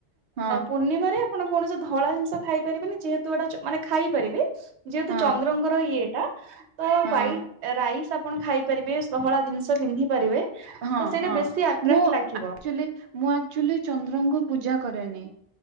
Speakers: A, on the right; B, on the right.
A: ହଁ
B: ପୂର୍ଣ୍ଣିମାରେ ଆପଣ କୌଣସି ଧଳା ଜିନିଷ ଖାଇ ପାରିବେନି ଯେହେତୁ ଗଟା ମାନେ ଖାଇପାରିବେ। ଯେହେତୁ
A: ହଁ
B: ଚନ୍ଦ୍ରଙ୍କର ଇଏ ଟା ତ
A: ହଁ।
B: ହାଇଟ୍ ରାଇସ୍ ଆପଣ ଖାଇ ପାରିବେ ସହଳା ଜିନିଷ ପନ୍ଧି ପାରିବେ।
A: ହଁ
B: ତ ସେଇଟା
A: ହଁ
B: ବେଶୀ ଆଟ୍ରାକ୍ଟ
A: ମୁଁ
B: ଲାଗିବ
A: ଆଚୁଲି ମୁଁ ଆକ୍ଚୁଆଲି ଚନ୍ଦ୍ରଙ୍କୁ ପୂଜା କରେନି